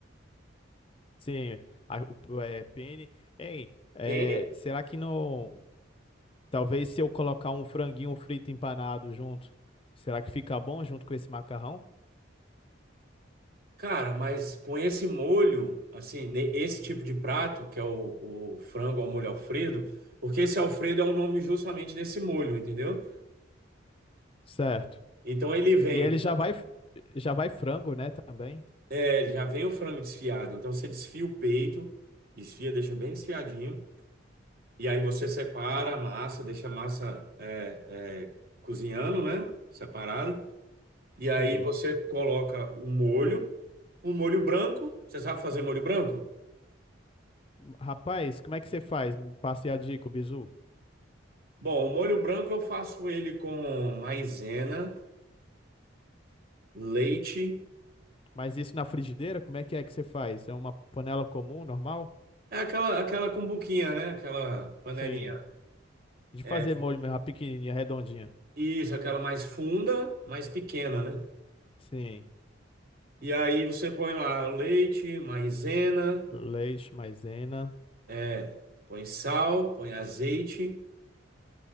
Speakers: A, on the left; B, on the right.
A: sim. A- o, é, pene. Ei, é,
B: Penne,
A: será que não. Talvez se eu colocar um franguinho frito empanado junto, será que fica bom junto com esse macarrão?
B: cara, mas com esse molho, assim, ne- esse tipo de prato, que é o, o frango ao molho Alfredo, porque esse Alfredo é o nome justamente desse molho, entendeu?
A: Certo.
B: Então ele vem,
A: E ele
B: com-
A: já vai, já vai frango, né, também?
B: é, ele já vem o frango desfiado, então você desfia o peito, desfia, deixa bem desfiadinho, e aí você separa a massa, deixa a massa é, é, cozinhando, né? Separado. E aí
A: Sim.
B: você coloca o molho, um molho branco. Você sabe fazer molho branco?
A: Rapaz, como é que você faz? Me passe a dica, o bizu.
B: Bom, o molho branco eu faço ele com maisena, leite,
A: Mas isso na frigideira, como é que é que você faz? É uma panela comum, normal?
B: é aquela aquela cumbuquinha, né? Aquela panelinha.
A: Sim. De
B: É,
A: fazer molho mesmo, a pequenininha, redondinha.
B: isso, aquela mais funda, mais pequena, né?
A: Sim.
B: E aí você põe lá o leite, maisena,
A: Leite, maisena.
B: é, põe sal, põe azeite.